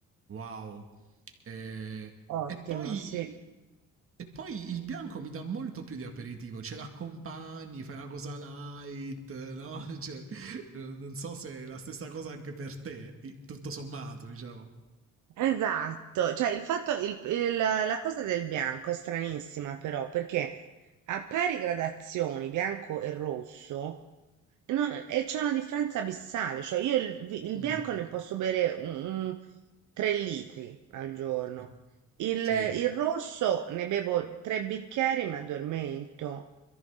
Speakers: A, on the right; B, on the right.
A: wow. E,
B: Ottimo,
A: e poi...
B: sì.
A: E poi il bianco mi dà molto più di aperitivo, ce l'accompagni, fai una cosa light, no? <laughs> Cioè, non so se è la stessa cosa anche per te, tutto sommato, diciamo.
B: Esatto, cioè il fatto, il- il- la cosa del bianco è stranissima però perché a pari gradazioni bianco e rosso no, e c'è una differenza abissale, cioè io il, vi- il
A: Mm,
B: bianco ne posso bere un, un 3 litri al giorno,
A: ok.
B: il,
A: Sì,
B: il rosso ne bevo tre bicchieri e mi addormento,